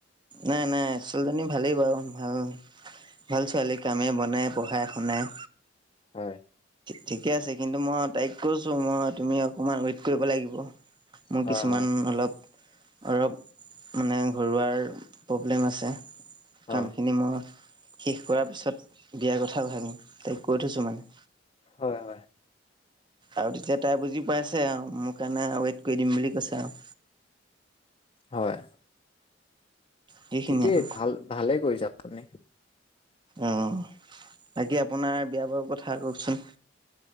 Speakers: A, on the right; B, on the left.
A: নাই নাই আ ছোৱালীজনী ভালেই বাৰু ভাল। ভাল ছোৱালী কামে বনায় পঢ়াই শুনায়।
B: হয়।
A: ঠিকে আছে কিন্তু মই তাইক কৈছো মই তুমি অকণমান ৱেইট কৰিব লাগিব। মোৰ
B: হয়
A: কিছুমান
B: হয়
A: অলপ অলপ মানে ঘৰুৱাৰ প্ৰব্লেম আছে।
B: হয়
A: কামখিনি মই শেষ কৰাৰ পিছত বিয়াৰ কথা ভাবিম তাইক কৈ থৈছো মানে।
B: হয় হয়।
A: আৰু তেতিয়া তাই বুজি পাইছে আও মোৰ কাৰণে ৱেইট কৰি দিম বুলি কৈছে আও।
B: হয়।
A: সেইখিনিয়ে
B: ঠিকেই
A: আৰু
B: ভাল ভালে কৰিছে আপুনি।
A: অ বাকী আপোনাৰ বিয়া বাৰু কথা কওকচোন।